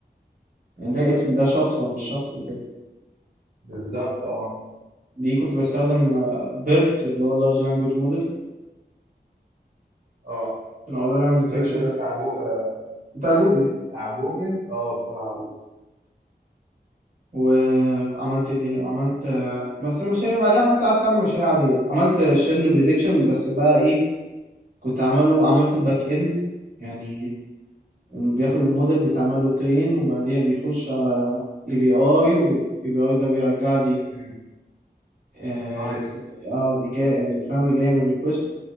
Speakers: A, on the right; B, on the right.
A: يعني ده اسم ده شخص ولا مش شخص وكده
B: بالظبط اه
A: دي كنت بستخدم بيرت اللي هو اللارج لانجوج موديل
B: اه
A: عشان اقدر اعمل ديتكشن
B: بيرد ده بتاع جو... آه.
A: بتاع جوجل
B: بتاع جوجل اه بتاع جوجل
A: وعملت ايه تاني وعملت آه، بس المشاريع بعدها عملت قعدت اعمل مشاريع عادية عملت شن بريدكشن بس بقى ايه كنت عامله عملته باك اند يعني بياخد الموديل بيتعمل له ترين وبعديها بيخش على اي بي اي والاي بي اي ده بيرجع لي
B: مم.
A: اه
B: نايس
A: ريك- آه، اللي جاي يعني الفريم اللي جاي من الريكوست